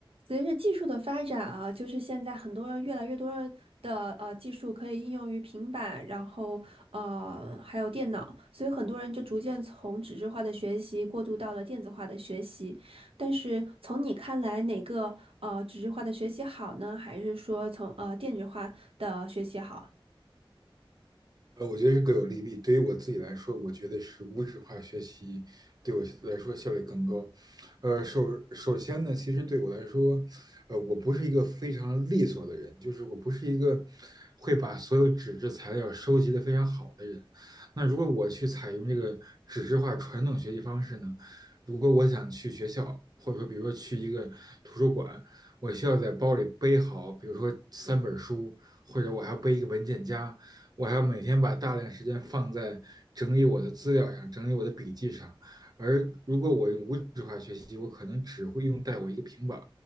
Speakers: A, on the right; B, on the right.
A: 随着技术的发展啊，就是现在很多越来越多的呃技术可以应用于平板，然后呃还有电脑，所以很多人就逐渐从纸质化的学习过渡到了电子化的学习。但是从你看来，哪个呃纸质化的学习好呢？还是说从呃电子化的学习好？
B: 呃，我觉得是各有利弊。对于我自己来说，我觉得是无纸化学习对我来说效率更高。呃，首首先呢，其实对我来说，呃，我不是一个非常利索的人，就是我不是一个会把所有纸质材料收集的非常好的人。那如果我去采用这个纸质化传统学习方式呢，如果我想去学校，或者说比如说去一个图书馆，我需要在包里背好，比如说三本书，或者我还要背一个文件夹。我还要每天把大量时间放在整理我的资料上，整理我的笔记上。而如果我用无纸化学习，我可能只会用带我一个平板